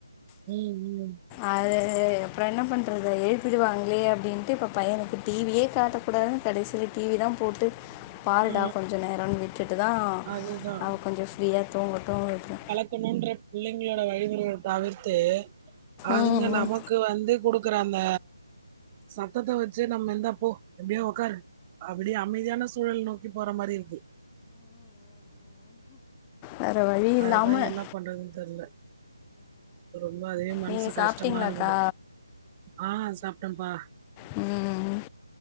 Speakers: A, on the right; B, on the left.
A: ம். ம்.
B: அத அப்றோ என்ன பண்றது எழுப்பிடுவாங்ளே அப்டின்ட்டு இப்போ பையனுக்கு டி வியே காட்டக்கூடாதுனு கடைசில டி வி தா போட்டு பாருடா
A: ஆ.
B: கொஞ்சோ நேரன் விட்டுட்டு தா
A: அதுதான்.
B: அவ கொஞ்ச ஃப்ரீயா தூங்கட்டோ விட்ரு
A: ப்ப என்னன்ற புள்ளைங்ளோட வழிமுறைகள தவிர்த்து அதுங்க
B: ம், ம்,
A: நமக் க்கு வந்து குடுக்குறாங்க சத்தத்த வச்சே நம்ம இந்தா போ அப்டியே உக்காரு அப்டி அமைதியான சூ சூழல் நோக்கி போற மாரி இருக்கு
B: வேற வழி
A: அதுதா
B: இல்லாமல்
A: என்ன பண்றதுன்னு தெர்ல ரொம்போ அதே மனசு
B: நீங்கள் சாப்பிட்டீங்களாக்கா
A: கஷ்டமா இருக்குது ஆ சாப்டப்பா
B: ம்